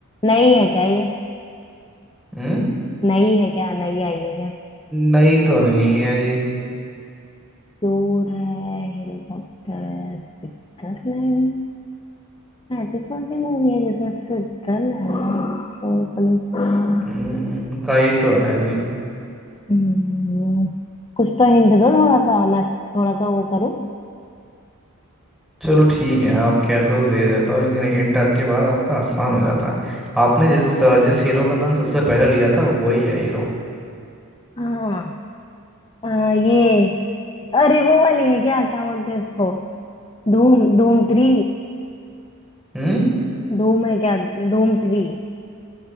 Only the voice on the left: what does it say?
नई है क्या ये
नई है क्या नई आई है क्या
चोर है हेलीकॉप्टर है स्विट्जरलैंड हाँ बिकॉज ये मूवी है जैसे स्विट्जरलैंड है, चोर पुलिस वाला।
हम्म, कुछ तो हिंट दो थोड़ा सा मैं थोड़ा सा वो करूँ
हाँ आ, ये अरे वो वाली है क्या क्या बोलते हैं उसको धूम धूम थ्री
धूम है क्या धूम थ्री